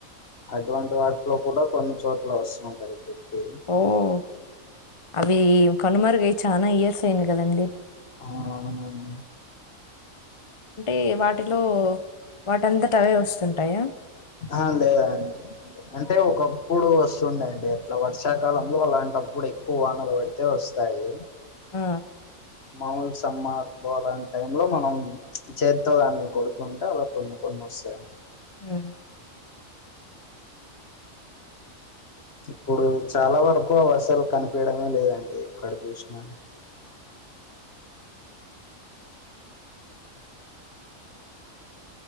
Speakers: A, on the left; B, on the left.
A: అటువంటి వాటిలో కూడా కొన్ని చోట్ల వస్తుంటాయి ఇప్పటికి
B: ఓహ్! అవి కనుమరుగయి చాలా ఇయర్స్ అయింది కదండి
A: అవును అవును అండి
B: అంటే వాటిలో వాటింతా అవే వస్తుంటాయా
A: ఆ లేదండి అంటే ఒకప్పుడు వస్తుండేవి అంటే అట్లా వర్షాకాలంలో అలాంటప్పుడు ఎక్కువ వానలు పడితే వస్తాయి
B: ఆ
A: మాముూలు సమ్మర్ లో అలాంటి టై లో మనం చేత్తో దాన్ని కొడుతుంటే అలా కొన్ని కొ నమస్తే
B: ఉ
A: ఇప్పుడు చాలా వరకు వర్షాలు కనిపీయడమే లేదండి ఎక్కడ చూసినా